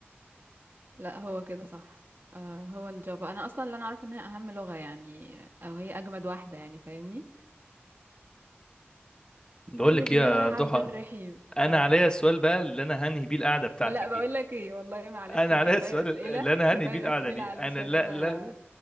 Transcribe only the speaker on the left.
بقول
لك ايه
يا
ضحى
انا
عليا السؤال بقى اللي انا هنهي بيه القعده بتاعتي
دي
انا
عليا
السؤال
اللي انا
هنهي بيه القعده
دي
انا لا
لا